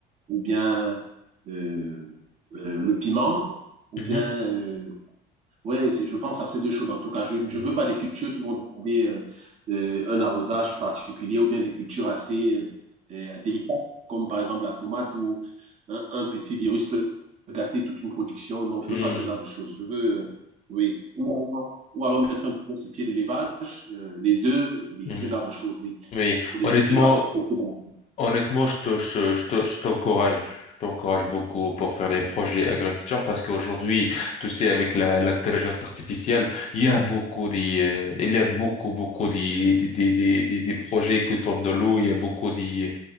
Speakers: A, on the right; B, on the left.
A: ou bien euh, euh, le piment, ou
B: Mhm.
A: bien euh, oui, je pense à ces deux choses en tout cas. Je ne je
B: Mhm.
A: veux pas des cultures qui vont demander euh, euh, un arrosage particulier ou bien des cultures assez euh, euh, délicates, comme par exemple la tomate où un, un petit virus peut gâter toute une production. Non, je
B: Mhm.
A: ne veux pas ce genre
B: Mhm.
A: de choses. Je veux, euh, oui, ou alors, ou alors mettre un peu sur pied l'élevage, euh, les œufs, les-
B: Oui.
A: ce genre de choses, oui.
B: Oui,
A: C'est des
B: honnêtement,
A: trucs qui rapportent beaucoup.
B: honnêtement, je te, je, te- je te- je t'encourage, je t'encourage beaucoup pour faire des projets agriculture parce qu'aujourd'hui, tu sais, avec la, l'intelligence artificielle, il y a beaucoup des, euh, il y a beaucoup, beaucoup des, des, des, des, des- des projets qui tombent dans l'eau, il y a beaucoup des,